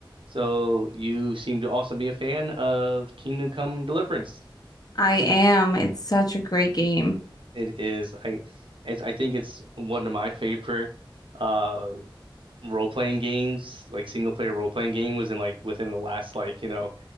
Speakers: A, on the right; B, on the left.
A: So you seem to also be a fan of Kingdom Come Deliverance.
B: I am. It's such a great game.
A: It is I it's I think it's one of my favorite uh role-playing games, like single-player role-playing game was in like within the last like, you know,